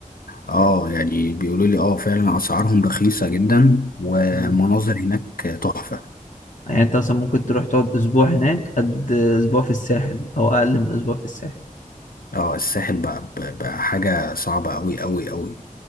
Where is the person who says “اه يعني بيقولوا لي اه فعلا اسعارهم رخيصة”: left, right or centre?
Left